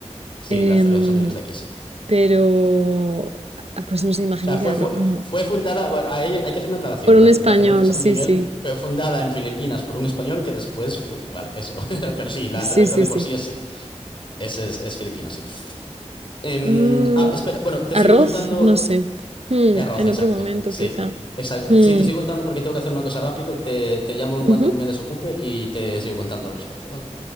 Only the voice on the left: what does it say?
Sí,
la cerveza San Miguel es de aquí, sí.
O sea, fue,
fue,
fue fundada, bueno, hay, hay que hacer una aclaración.
La,
la cerveza San
Miguel
fue fundada en Filipinas por un español que después fue, vale, eso. <laughs> Pero sí, la
cerveza
de
por sí es, es, es, es filipina, sí. Em,
ah, espera, bueno, te
sigo contando
Arroz,
exacto.
Sí.
Exacto.
Sí, te sigo contando porque tengo que hacer una cosa rápido. Te, te llamo en
cuanto me desocupe y te sigo contando al respecto, ¿vale?